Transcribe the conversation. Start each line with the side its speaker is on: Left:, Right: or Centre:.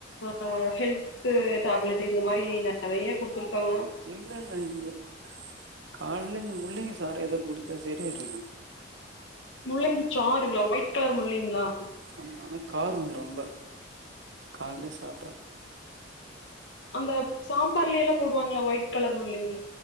Left: ஆ ஹெல்த்து டேப்லெட்டு இந்த மாதிரி நிறைய கொடுத்துருக்காங்க
Right: இல்ல இல்ல இங்க காலைல இந்த முள்ளங்கி சாரு ஏதோ குடிச்சா சரியாயிருங்க
Left: முள்ளங்கிச் சாறுங்களா ஒயிட் கலர் முள்ளங்கிளா
Right: ஆமா ஆனா காருங்க ரொம்ப காலலயே சாப்பிட்டா
Left: அந்த சாம்பார்ல எல்லா போடுவாங்களா ஒயிட் கலர் முள்ளங்கி